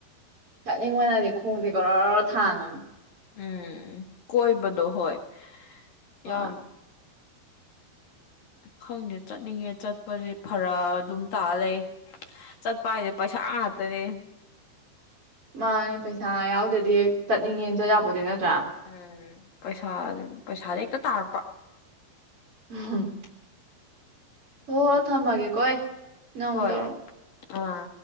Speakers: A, on the right (about 30°); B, on the left (about 60°).
A: ꯆꯠꯅꯤꯡꯕꯅꯗꯤ ꯈꯣꯡꯁꯦ <unintelligible> ꯊꯥꯡꯉꯝꯅꯤ
B: ꯎꯝ ꯀꯣꯏꯕꯗꯣ ꯍꯣꯏ
A: ꯍꯣꯏ
B: ꯌꯥ ꯈꯪꯗꯦ ꯆꯠꯅꯤꯡꯉꯦ ꯆꯠꯄꯁꯦ ꯐꯔꯛ ꯑꯗꯨꯝ ꯇꯥ ꯂꯩ ꯆꯠꯄ ꯍꯥꯏ ꯄꯩꯁꯥ ꯉꯥꯛꯇꯅꯤ
A: ꯃꯥꯅꯦ ꯄꯩꯁꯥ ꯌꯥꯎꯗꯗꯤ ꯆꯠꯅꯤꯡꯉꯦꯅ ꯆꯠꯌꯥꯄꯣꯠꯇꯦ ꯅꯠ
B: ꯎꯝ ꯄꯩꯁꯥ ꯄꯩꯁꯥꯥꯗ ꯍꯦꯛꯇ ꯇꯥꯔꯛꯄ
A: ꯎꯝ ꯍꯣꯍꯣꯏ ꯊꯝꯃꯒꯦꯀꯣ ꯑꯩ ꯅꯪ ꯑꯃꯨꯛ
B: ꯍꯣꯏ
A: ꯇꯧꯔꯣ
B: ꯑꯥ